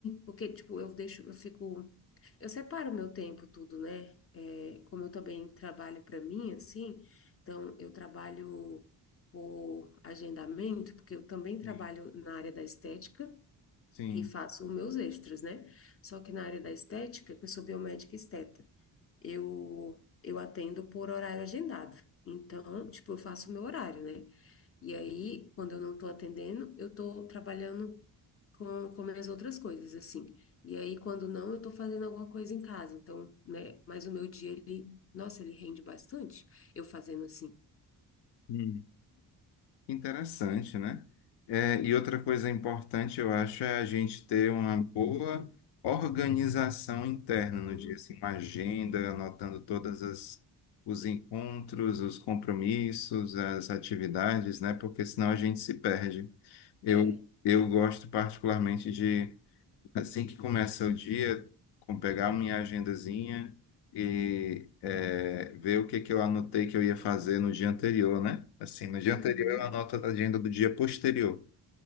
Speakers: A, on the left; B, on the left.
A: Porque, tipo, eu deixo, eu fico. Eu separo meu tempo, tudo, né? É, como eu também trabalho para mim, assim, então eu trabalho por agendamento, porque eu também trabalho
B: Sim,
A: na área da estética
B: sim.
A: e faço os meus extras, né? Só que na área da estética, que eu sou biomédica esteta, eu, eu atendo por horário agendado. Então, tipo, eu faço o meu horário, né? E aí, quando eu não estou atendendo, eu estou trabalhando com, com minhas outras coisas, assim. E aí, quando não, eu estou fazendo alguma coisa em casa. Então, né? Mas o meu dia, ele, nossa, ele rende bastante eu fazendo assim.
B: Uhum. Interessante, né? É, e outra coisa importante, eu acho, é a gente ter uma boa organização interna no
A: Uhum.
B: dia, assim, uma agenda, anotando todas as os
A: Sim.
B: encontros, os compromissos, as atividades, né? Porque senão a gente se perde. Eu,
A: É.
B: eu gosto particularmente de Assim que começa o dia, com pegar minha agendazinha e eh, ver o que que eu anotei que eu ia fazer no dia anterior, né? Assim, no dia
A: Uhum.
B: anterior eu anoto a agenda do dia posterior.